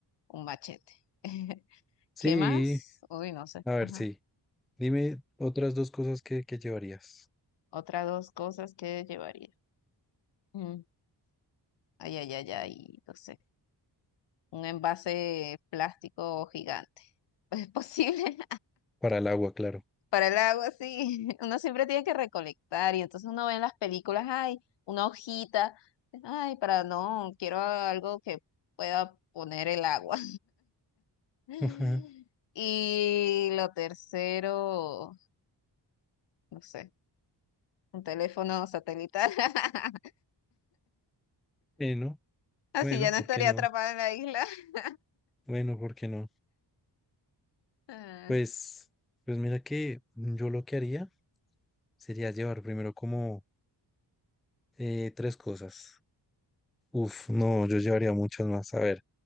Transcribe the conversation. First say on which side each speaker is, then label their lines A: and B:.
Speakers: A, on the left; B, in the centre.
A: Un machete. <laughs>
B: Sí,
A: ¿Qué más? Uy, no sé.
B: a ver,
A: Ajá.
B: sí. Dime otras dos cosas que, que llevarías.
A: Otras dos cosas que llevaría. Mm, Ay, ay, ay, ay, no sé. Un envase plástico gigante. <laughs> ¿Es posible?
B: Para el agua, claro.
A: para el agua, sí. <laughs> Uno siempre tiene que recolectar y entonces uno ve en las películas, ay, una hojita, ay, para no, quiero algo que pueda poner el agua. <laughs>
B: Ajá.
A: Y lo tercero, no sé, un teléfono satelital. <laughs>
B: Bueno,
A: Así
B: bueno,
A: ya no
B: ¿por
A: estaría
B: qué no?
A: atrapada en la isla. <laughs>
B: Bueno, ¿por qué no?
A: Ah,
B: Pues, pues mira que yo lo que haría sería llevar primero como eh, tres cosas. Uf, no, yo llevaría muchas más. A ver,